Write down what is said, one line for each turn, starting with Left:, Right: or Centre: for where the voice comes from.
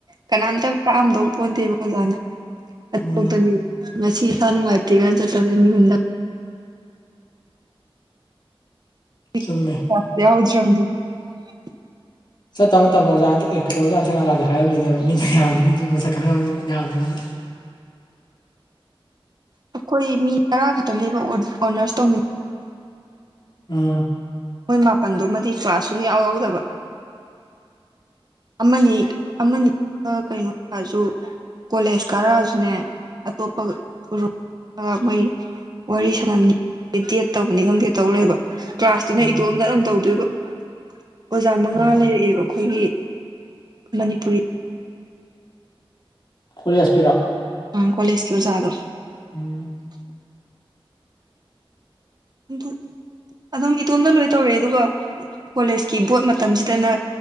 Right: ꯀꯅꯥꯝꯇ ꯇꯥꯛꯑꯝꯗꯧ <unintelligible>
Left: ꯎꯝ
Right: ꯉꯁꯤ ꯏꯁꯥ ꯅꯨꯡꯉꯥꯏꯇꯦ ꯀ ꯆꯠꯇꯕꯁꯦ ꯃꯤꯍꯨꯟ ꯗꯪ <unintelligible>
Left: ꯆꯨꯝꯃꯦ ꯆꯠꯇ ꯃꯇꯝꯗ ꯑꯣꯖꯥꯁꯨ ꯑꯦ ꯀꯩꯗꯧꯔꯖꯅꯣ ꯁꯤ ꯉꯥꯛ ꯂꯥꯛꯇꯦ ꯍꯥꯏꯔꯝꯗꯣꯏꯅꯦꯕ ꯃꯤꯅ ꯃꯤꯗꯨ ꯃꯁꯛ ꯈꯪꯉꯝꯅꯤꯅ ꯌꯥꯝꯗ꯭ꯔꯕꯅꯤꯅ <inaudible>
Right: ꯑꯩꯈꯣꯏ ꯃꯤ ꯇꯔꯥ ꯈꯛꯇꯪ ꯅꯦꯕ ꯑꯣꯅꯔꯁ ꯇꯧꯃꯤꯟ
Left: ꯑ
Right: ꯃꯣꯏ ꯃꯥꯄꯜꯗꯨꯃꯗꯤ ꯀ꯭ꯂꯥꯁ ꯁꯨꯨꯡ ꯌꯥꯎ ꯌꯥꯎꯗꯕ <unintelligible> ꯀꯣꯂꯦꯖ ꯀꯥꯔꯛꯑꯖꯨꯅꯦ ꯑꯇꯣꯞꯄꯒ ꯎꯔꯨ ꯃꯣꯏ ꯋꯥꯔꯤ ꯁꯅꯝꯅꯤ ꯈꯪꯗꯦ ꯗꯦꯠ ꯇꯧꯕꯅꯤ ꯈꯪꯗꯦ ꯇꯧ ꯂꯩꯕ ꯀ꯭ꯂꯥꯁꯇꯨꯅ
Left: ꯎꯝ
Right: ꯏꯇꯣꯝꯗ ꯑꯗꯨꯝ ꯇꯧꯗꯣꯏꯕ ꯑꯣꯖꯥ ꯃꯉꯥ
Left: ꯃꯥꯅꯤ
Right: ꯂꯩꯔꯛꯑꯦꯕ ꯈꯣꯏꯒꯤ ꯃꯅꯤꯄꯨꯔꯤ
Left: ꯀꯣꯂꯦꯖꯀꯤꯔꯣ
Right: ꯎꯝ ꯀꯣꯂꯦꯖꯀꯤ ꯑꯣꯖꯥꯗꯣ
Left: ꯎꯝ
Right: ꯗꯨ ꯑꯗꯨꯝ ꯏꯇꯣꯝꯗ ꯂꯣꯏ ꯇꯧꯔꯛꯑꯦ ꯑꯗꯨꯒ ꯀꯣꯂꯦꯖꯀꯤ ꯕꯣꯠ ꯃꯇꯝꯖꯤꯗꯅ